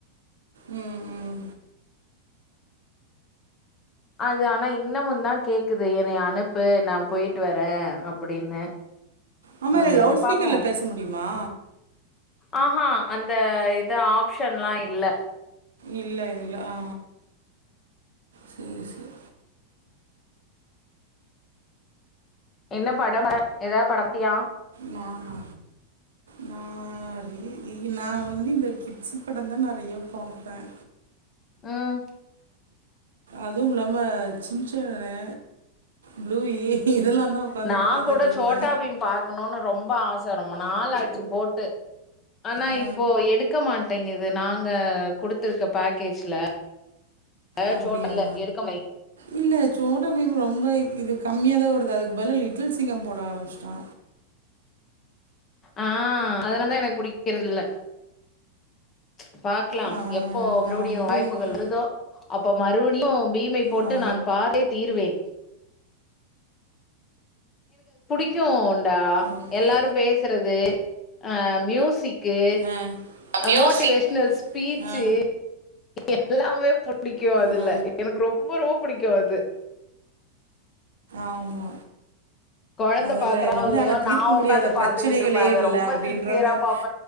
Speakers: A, on the right; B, on the left.
A: உம் ஹும்
B: அது ஆனா இன்னமு தான் கேக்குது என்னய அனுப்பு நான் போயிட்டு வரேன் அப்படின்னு
A: ஆமா
B: ம்
A: இதுல லவுட் ஸ்பீக்கர்ல
B: பாப்போ
A: பேச முடியுமா
B: ஆஹா அந்த இத ஆப்ஷன்ல்லாம் இல்ல
A: இல்ல இல்ல ஆ சரி சரி
B: என்ன படம எதாது <inaudible> பாத்தியா
A: நானா நான் இ இ நா வந்து கிட்ஸ் படம் தான் நெறைய பாப்பேன்
B: உம்
A: அதுவும் இல்லாம சின்சானு ப்ளூயி இதெல்லாந்தா உக்காந்து
B: நா
A: பாத்துட்ருப்பே
B: கூட சோட்டாபீம் பாக்கணுனு ரொம் ரொம்ப ஆச ரொம்ப நாள் ஆச்சு போட்டு ஆனா
A: ஆ
B: இப்போ எடுக்க மாட்டேங்குது நாங்க குடுத்துருக்க பேக்கேஜ்ல அ
A: அப்டியா
B: சோட் இல்ல எடுக்க <inaudible>
A: இல்ல சோட்டபீம் ரொம்ப இது கம்மியா தான் ஓடுது அதுக்கு பதில் லிட்டில் சிங்கம் போட ஆரம்பிச்சுட்டா
B: ஆஹ் அதலாலதா எனக்கு புடிக்கிறதில்ல ச் பாக்கலாம்
A: ஆ
B: எப்போ
A: நா
B: மறுபடியும்
A: வந்து
B: வாய்ப்புகள்
A: இது
B: வருதோ அப்ப மறுபடியும் பீமை போட்டு
A: ஆ
B: நான் பாரே தீருவேன் க்யோன் பா
A: ஓகே
B: எல்லாரும் பேசுறது ஆஹ் மியூசிக் க்கு
A: ஆ மியூசிக்
B: மோட்டிவேஷனல் ஸ்பீச்சு
A: ஆ
B: எல்லாமே புடிக்கும் அதுல
A: ஆ
B: எனக்கு ரொம்ப ரொம்ப புடிக்கு அது
A: ஆமா
B: கொழந்த
A: அதுல
B: பாக்குறானோ
A: வந்து
B: இல்லையோ,
A: ஆனா தீர்க்க
B: நான் உக்காந்து
A: முடியாத பிரச்சனைகளே
B: பாத்துக்கிட்டு இருப்பேன். அத
A: இல்ல
B: ரொம்ப
A: அப்டின்ற
B: சின்சியரா
A: மாரி
B: பாப்பேன்.